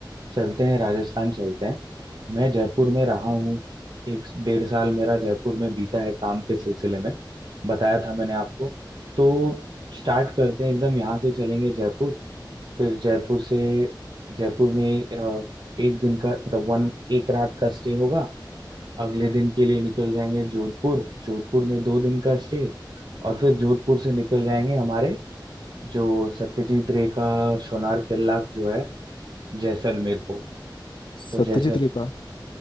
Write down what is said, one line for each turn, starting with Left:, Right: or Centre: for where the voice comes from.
Right: चलते हैं राजस्थान चलते हैं मैं जयपुर में रहा हूँ एक डेढ़ साल मेरा जयपुर में बीता है काम के सिलसिले में बताया था मैंने आपको तो स्टार्ट करते हैं एकदम यहाँ से चलेंगे जयपुर फिर जयपुर से जयपुर में अ, एक दिन का मतलब वन एक रात का स्टे होगा अगले दिन के लिए निकल जाएंगे जोधपुर जोधपुर में दो दिन का स्टे और फिर जोधपुर से निकल जाएंगे हमारे जो सत्यजीत रे का सोनार किला जो है जैसलमेर फोर्ट तो
Left: सत्यजीत
Right: जैसल
Left: रे कहा।